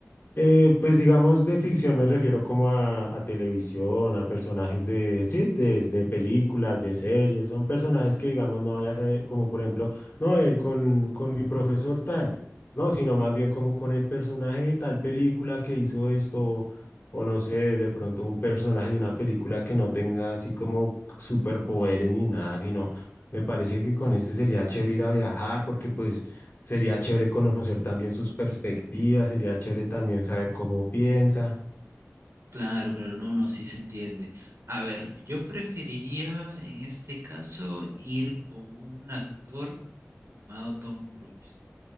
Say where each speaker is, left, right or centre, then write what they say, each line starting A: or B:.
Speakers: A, on the left (about 40°); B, on the right (about 60°).
A: Eh, pues digamos de ficción me refiero como a, a televisión, a personajes de, sí, de, de películas, de series, son personajes que digamos no vayas a, como por ejemplo, no, eh, con, con mi profesor tal, no, sino más bien como con el personaje de tal película que hizo esto, o no sé, de pronto un personaje de una película que no tenga así como superpoderes ni nada, sino me parece que con este sería chévere ir a viajar porque pues... Sería chévere conocer también sus perspectivas, sería chévere también saber cómo piensa.
B: Claro, claro, no, no, sí se entiende. A ver, yo preferiría en este caso ir con un actor llamado Tom Cruise.